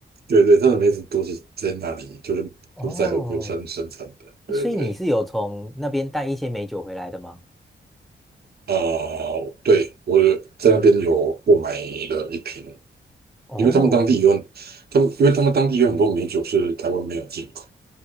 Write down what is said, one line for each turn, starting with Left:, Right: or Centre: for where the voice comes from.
Right: 对对，它的梅子都是在那里，就是都是在和歌山生产的，
Centre: 哦，
Right: 对对。
Centre: 诶所以你是有从那边带一些美酒回来的吗？
Right: 啊，对，我在那边有购买了一瓶，
Centre: 哦，
Right: 因为他们当地有，他们因为他们当地有很多美酒是台湾没有进口，